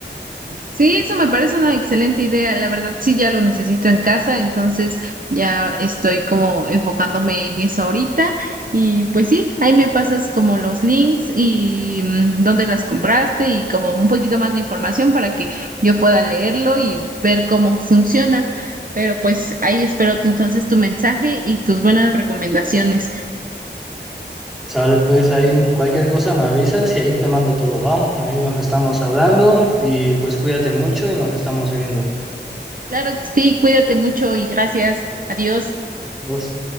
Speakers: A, on the right; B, in the centre.
A: Sí, eso me parece una excelente idea. La verdad, sí, ya lo necesito en casa, entonces ya estoy como enfocándome en eso ahorita. Y pues sí, ahí me pasas como los links y mm, dónde las compraste y como un poquito más de información para que yo pueda leerlo y ver cómo funciona. Pero pues ahí espero tu- entonces tu mensaje y tus buenas recomendaciones.
B: Sale, pues ahí cualquier cosa me avisas y ahí te mando todo, va. Ahí nos estamos hablando y pues cuídate mucho y nos estamos viendo.
A: Claro, que sí, cuídate mucho y gracias. Adiós.
B: Nos-